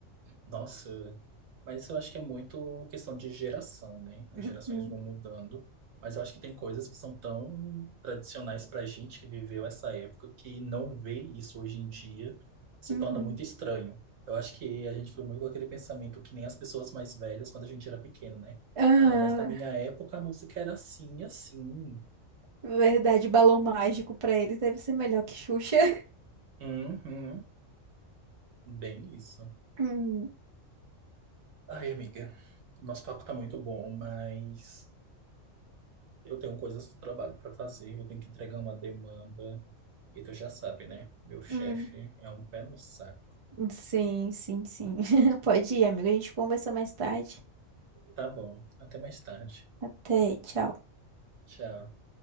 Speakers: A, on the right (about 75°); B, on the right (about 35°).
A: nossa, mas eu acho que é muito questão de geração, né? As
B: Uhum,
A: gerações vão mudando, mas eu acho que tem coisas que são tão tradicionais pra gente que viveu essa época que não ver isso hoje em dia se
B: uhum.
A: torna muito estranho. Eu acho que a gente foi muito com aquele pensamento que nem as pessoas mais velhas quando a gente era pequeno, né?
B: Ah,
A: Ah, mas na minha época a música era assim, assim.
B: verdade, balão mágico pra eles deve ser melhor que Xuxa. <laughs>
A: Uhum, bem isso.
B: Hum,
A: Ai, amiga, nosso papo tá muito bom, mas eu tenho coisas do trabalho para fazer, eu tenho que entregar uma demanda, e tu já sabe, né? Meu chefe
B: hum.
A: é um pé no saco.
B: Sim, sim, sim. <laughs> Pode ir, amigo. A gente conversa mais tarde.
A: Tá bom, até mais tarde.
B: Até, tchau.
A: Tchau.